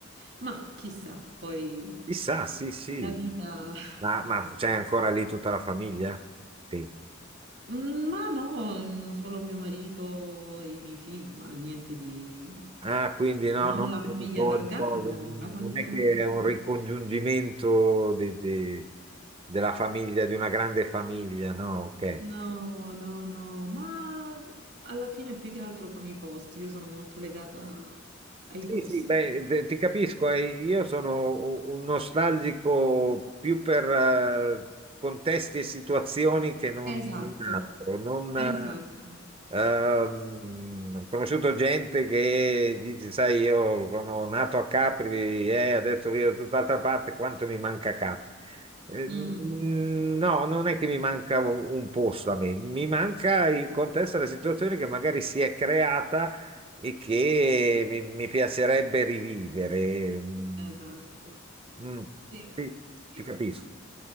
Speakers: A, on the right; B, on the right.
A: Ma chissà, poi
B: Chissà, sì, sì.
A: la vita...
B: Ma, ma
A: <laughs>
B: c'è ancora lì tutta la famiglia? Sì.
A: Mm, Ma no, mm, solo mio marito e i miei figli, ma niente di...
B: Ah, quindi no,
A: Non
B: non
A: la
B: genitori,
A: famiglia allargata,
B: cose,
A: no,
B: non
A: la famiglia
B: non è
A: allargata
B: che è un
A: no.
B: ricongiungimento de- de- della famiglia, di una grande famiglia, no? Ok.
A: No, no, no, ma alla fine più che altro con i posti, io sono molto legata ai
B: Sì,
A: posti.
B: sì, beh, te- ti capisco, eh, Io sono u- un nostalgico più per eh, contesti e situazioni che non
A: Esatto,
B: non altro. Non,
A: esatto.
B: eh, ehm, ho conosciuto gente che dice, sai, io sono nato a Capri e adesso vivo da tutt'altra parte, quanto mi manca Capri? Eh,
A: Mm,
B: mm, No, non è che mi manca un un posto a me, mi manca il contesto della situazione che magari si è creata e che mi, mi piacerebbe rivivere. Mm,
A: esatto.
B: Mm.
A: Sì,
B: sì,
A: sì.
B: ti capisco.